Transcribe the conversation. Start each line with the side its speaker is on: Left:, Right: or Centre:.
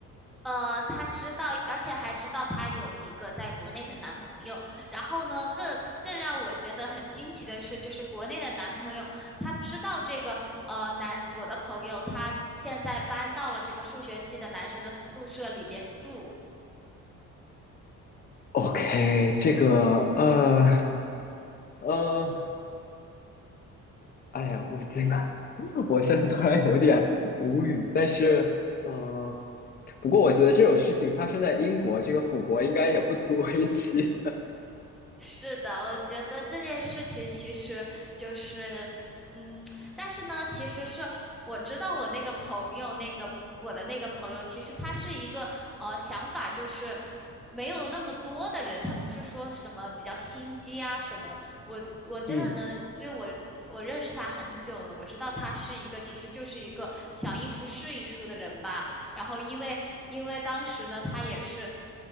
Centre: 呃，他知道，而且还知道他有一个在国内的男朋友。然后呢，更更让我觉得很惊奇的是，就是国内的男朋友，他知道这个呃男我的朋友他现在搬到了这个数学系的男生的宿舍里边住。
Left: ？OK，这个呃 <laughs> 呃，哎呀，我这个 <laughs> 我现在突然有点无语，但是呃，不过我觉得这种事情发生在英国这个腐国应该也不足为奇。
Centre: 是的，我觉得这件事情其实就是，嗯，但是呢，其实是我知道我那个朋友，那个我的那个朋友，其实他是一个呃想法就是没有那么多的人，他不是说什么比较心机啊什么的。我我真的能，
Left: <laughs> 嗯。
Centre: 因为我我认识他很久了，我知道他是一个其实就是一个想一出是一出的人吧。然后因为因为当时呢，他也是。